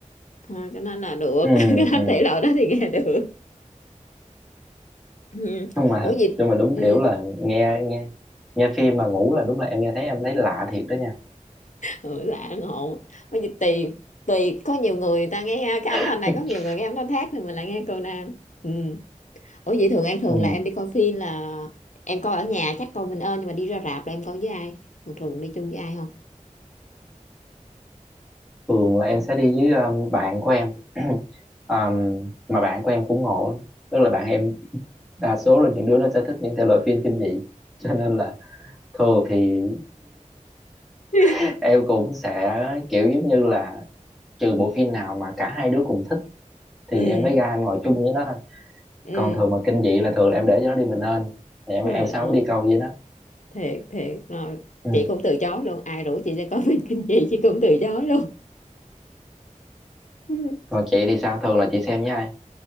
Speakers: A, on the left (about 65°); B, in the centre.
A: Ờ, cho nên là được
B: ừ
A: <laughs> cái đó
B: ừ
A: thể loại đó thì nghe được ừ.
B: không mà
A: ủa gì
B: nhưng mà đúng
A: ừ.
B: kiểu là nghe nghe nghe phim mà ngủ là đúng là em nghe thấy em thấy lạ thiệt đó nha
A: ừ, lạ ngộ ủa gì tùy tùy có nhiều người, người ta nghe cái âm
B: <laughs>
A: thanh này có nhiều người nghe âm thanh khác thì mình lại nghe cô Nam ừ. Ủa vậy thường em thường
B: ừ.
A: là em đi coi phim là em coi ở nhà chắc coi mình ơn nhưng mà đi ra rạp là em coi với ai? Thường thường đi chung với ai không?
B: thường là em sẽ đi với um, bạn của em <clears throat> um, mà bạn của em cũng ngộ lắm. tức là bạn em đa số là những đứa nó sẽ thích những thể loại phim kinh dị <laughs> cho nên là thường thì
A: <laughs>
B: <laughs> em cũng sẽ kiểu giống như là trừ bộ phim nào mà cả hai đứa cùng thích thì
A: Ừ,
B: em mới ra em ngồi chung với nó thôi
A: ừ,
B: còn thường mà kinh dị là thường là em để cho nó đi mình nên thì em
A: rồi
B: em sao
A: ờ,
B: mới đi câu với nó
A: thiệt thiệt rồi
B: Ừ.
A: chị cũng từ chối luôn ai rủ chị ra coi <laughs> phim kinh dị chị cũng từ chối luôn
B: còn chị thì sao thường là chị xem với ai